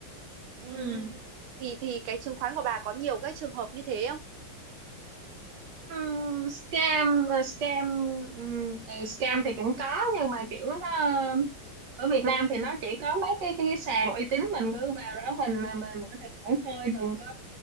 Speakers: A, on the right (about 80°); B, on the right (about 65°).
A: Ừm,
B: ừ
A: thì thì cái chứng khoán của bà có nhiều cái trường hợp như thế không?
B: Ừm, scam ờ, scam ừm, ờ, scam thì cũng có nhưng mà kiểu nó ở Việt
A: Ừ.
B: Nam thì nó chỉ có mấy cái cái, cái sàn uy tín mình cứ vào đó mình mình, mình có tài khoản thôi đừng có